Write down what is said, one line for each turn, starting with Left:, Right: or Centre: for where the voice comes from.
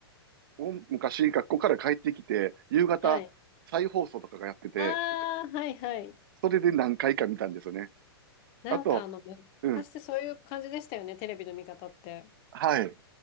Right: お昔学校から帰ってきて、夕方再放送とかがやってて、
Left: はい。ああ、はいはい。
Right: それで何回か見たんですよね。
Left: なんかあの、
Right: あと、うん、
Left: 昔ってそういう感じでしたよね、テレビの見方って。
Right: はい。